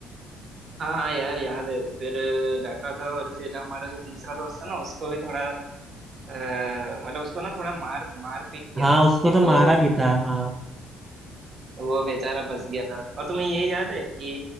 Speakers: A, on the right (about 50°); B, on the right (about 15°).
A: हाँ हाँ यार याद है वो फिर डांटा था और फिर हमारा जो तीसरा दोस्त था ना उसको भी थोड़ा अ, मतलब उसको ना थोड़ा मार मार पीट किया
B: हाँ
A: था उसकी
B: उसको तो
A: तो
B: मारा भी था हाँ
A: वो बेचारा फंस गया था और तुम्हें ये याद है कि